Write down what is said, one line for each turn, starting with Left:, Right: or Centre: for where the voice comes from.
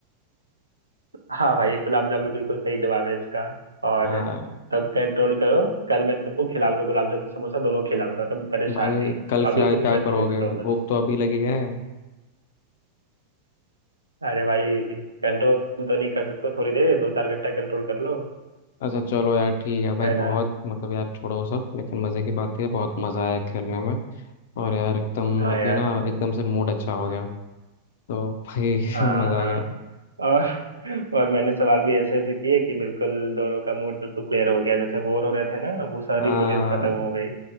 Right: हाँ भाई गुलाब जामुन बिल्कुल सही जवाब है इसका और
Left: हाँ
Right: तब कंट्रोल करो कल मैं तुमको खिलाऊंगा गुलाब जामुन समोसा दोनों खिलाऊंगा तुम परेशान
Left: भाई
Right: नहीं
Left: कल
Right: अभी
Left: खिला के
Right: तुम
Left: क्या
Right: कंट्रोल
Left: करोगे
Right: करो
Left: भूख
Right: बस
Left: तो अभी लगी है <laughs>
Right: अरे भाई कंट्रोल तो नहीं कर सकते थोड़ी देर दो चार घंटा कंट्रोल कर लो
Left: अच्छा चलो यार ठीक है भाई
Right: है ना
Left: बहुत मतलब यार छोड़ो वो सब लेकिन मज़े की बात है बहुत मज़ा आया खेलने में और यार एकदम
Right: हाँ
Left: अभी
Right: यार
Left: ना एकदम से मूड अच्छा हो गया तो भाई
Right: हाँ
Left: <laughs> मज़ा
Right: हाँ
Left: आ गया
Right: और और मैंने सवाल भी ऐसे ऐसे किए कि बिल्कुल दोनों का मूड बिल्कुल क्लियर हो गया जैसे बोर हो रहे थे ना अब वो सारी
Left: आ,
Right: बोरियत खत्म हो गई